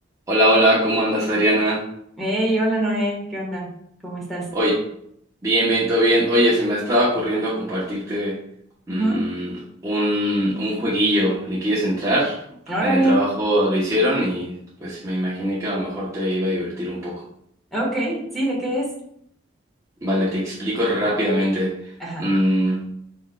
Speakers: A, on the right; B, in the centre.
A: Hola, hola, ¿cómo andas, Adriana?
B: Hey, hola Noé, ¿qué onda? ¿Cómo estás?
A: Hoy, bien, bien, todo bien. Oye, se me estaba ocurriendo compartirte mm,
B: Ujú.
A: un, un jueguillo. ¿Le quieres entrar?
B: Órale,
A: En el trabajo lo hicieron y pues me imaginé que a lo mejor te iba a divertir un poco.
B: ok, sí, ¿de qué es?
A: Vale, te explico rápidamente.
B: Ajá,
A: Mm,